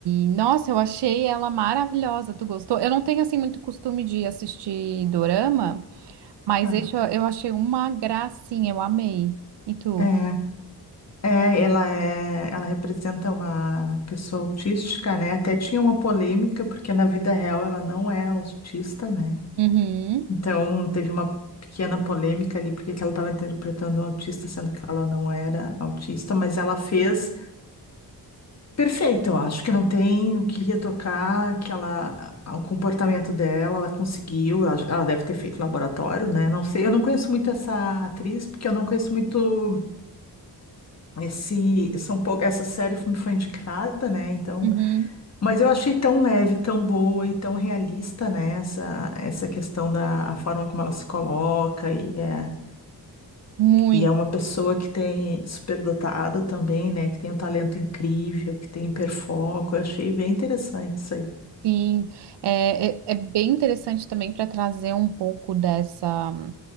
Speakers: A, on the right (about 85°); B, on the left (about 40°).
A: e, nossa, eu achei ela maravilhosa. Tu gostou? Eu não tenho assim muito costume de assistir dorama. Mas
B: aham.
A: esse eu, eu achei uma gracinha, eu amei. E tu?
B: É. É, ela é, ela representa uma pessoa autística, né? Até tinha uma polêmica, porque na vida real ela não é autista, né?
A: Uhum,
B: Então teve uma pequena polêmica ali, porque que ela estava interpretando um autista, sendo que ela não era autista, mas ela fez perfeito, eu acho que não tem o que retocar, que ela, o comportamento dela, ela conseguiu, ela ela deve ter feito laboratório, né? Não sei, eu não conheço muito essa atriz, porque eu não conheço muito. Esse, são pou- essa série me foi indicada, né? Então,
A: uhum.
B: mas eu achei tão leve, tão boa e tão realista, né? Essa, essa questão da a forma como ela se coloca e é,
A: Muito,
B: e é uma pessoa que tem superdotada também, né? Que tem um talento incrível, que tem hiperfoco. Eu achei bem interessante isso aí.
A: sim. É, é, é bem interessante também para trazer um pouco dessa,